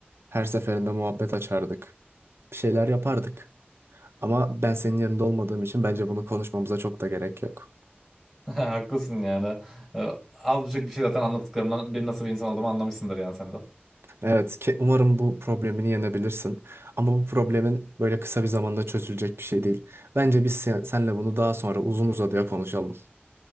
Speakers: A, on the right; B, in the centre.
A: Her seferinde muhabbet açardık. Bir şeyler yapardık. Ama ben senin yerinde olmadığım için bence bunu konuşmamıza çok da gerek yok.
B: <laughs> Haklısın yani. Ee, Az buçuk bir şey zaten anlattıklarımdan benim nasıl bir insan olduğumu anlamışsındır yani sen de.
A: Evet, ke- umarım bu problemini yenebilirsin. Ama bu problemin böyle kısa bir zamanda çözülecek bir şey değil. Bence biz sen, senle bunu daha sonra uzun uzadıya konuşalım.